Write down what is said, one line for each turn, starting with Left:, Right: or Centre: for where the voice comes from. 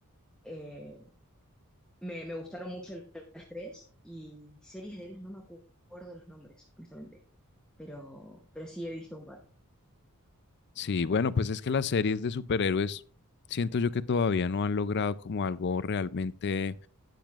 Centre: Eh, me, me gustaron mucho las tres y series de héroes no me acu- acuerdo los nombres, honestamente, pero, pero sí he visto un par.
Left: Sí, bueno, pues es que las series de superhéroes siento yo que todavía no han logrado como algo realmente